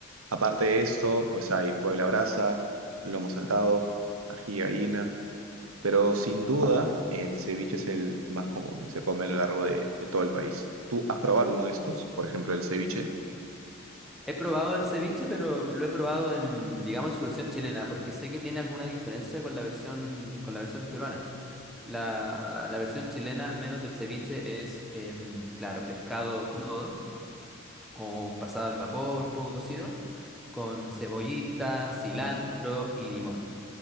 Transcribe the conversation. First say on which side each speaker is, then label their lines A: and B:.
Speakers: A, on the right; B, in the centre.
A: Aparte de esto, pues hay puebla brasa, lomo saltado, ají de gallina. Pero sin duda, el ceviche es el más común y se come a lo largo de, de todo el país. ¿Tú has probado alguno de estos? Por ejemplo, el ceviche.
B: He probado el ceviche, pero lo he probado en, digamos, en su versión chilena, porque sé que tiene alguna diferencia con la versión, con la versión peruana. La, la versión chilena, al menos del ceviche, es, em, claro, pescado crudo o pasado al vapor, un poco cocido, con cebollita, cilantro y limón.